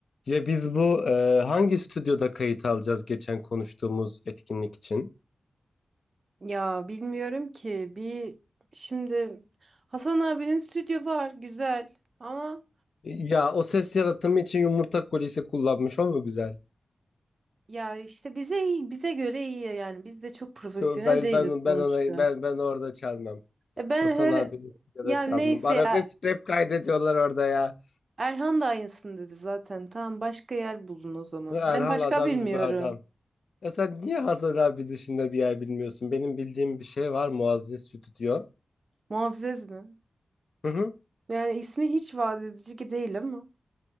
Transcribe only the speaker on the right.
Ya bilmiyorum ki bir şimdi Hasan abinin stüdyo var güzel ama
ya işte bize iyi bize göre iyi ya yani biz de çok profesyonel
değiliz
sonuçta.
E ben
her
ya
neyse
ya
Erhan da aynısını dedi zaten tamam başka yer bulun o zaman.
Ben başka
bilmiyorum.
Muazzez mi?
Yani ismi hiç vaat edici ki değil ama